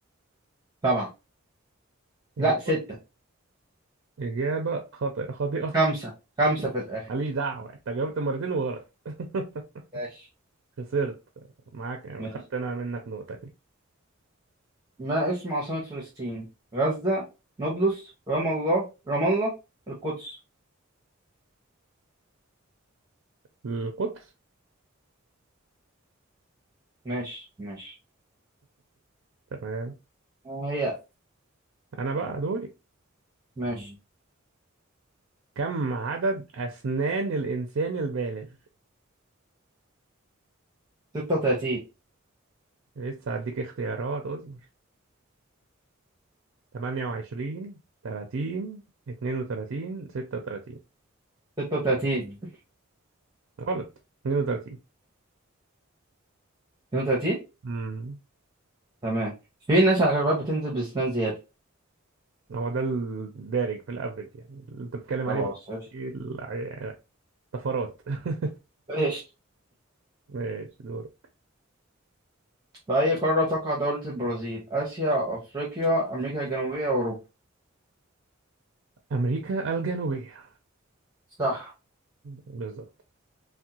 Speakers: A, on the right (about 20°); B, on the right (about 65°).
A: سبعة
B: إجابة
A: لا ستة
B: إجابة خاطئة خاطئة
A: خمسة خمسة في
B: <laughs>
A: الآخر
B: ماليش دعوة أنت جاوبت مرتين وغلط <laughs>
A: ماشي
B: خسرت معاك يعني
A: ماشي
B: خدت أنا منك نقطة كده
A: ما اسم عاصمة فلسطين غزة نابلس رام الله رام الله القدس
B: القطر
A: ماشي ماشي
B: تمام
A: آه، هي
B: أنا بقى دوري
A: ماشي
B: كم عدد أسنان الإنسان البالغ
A: 36
B: لسه هديك اختيارات اصبر 28 30 32 36
A: 36
B: غلط 32
A: 32
B: امم
A: تمام في ناس على غربات بتنزل بسنان زيادة
B: هو ده الدارج في الافرج يعني اللي انت بتتكلم
A: خلاص
B: عليه بقى
A: قشطة
B: ايه الع- الطفرات <laughs>
A: قشطة.
B: ماشي دور
A: في أي قارة تقع دولة البرازيل آسيا أفريقيا أمريكا الجنوبية أوروبا
B: امريكا الجنوبية
A: صح
B: بالظبط